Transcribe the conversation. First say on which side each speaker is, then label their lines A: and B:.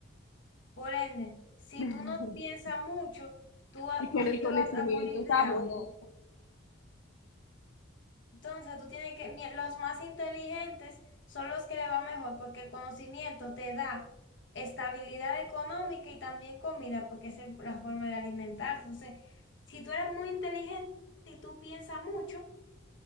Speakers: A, on the left; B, on the left.
A: Por ende, si
B: <laughs>
A: tú no piensas mucho, Tú, va-
B: Y con
A: tú
B: el conocimiento
A: te vas a morir
B: está
A: de hambre.
B: bueno,
A: Entonces, tú tienes que, mi- los más inteligentes son los que le va mejor, porque el conocimiento te da estabilidad económica y también comida, porque esa es la forma de alimentarse. Entonces, si tú eres muy inteligente y tú piensas mucho,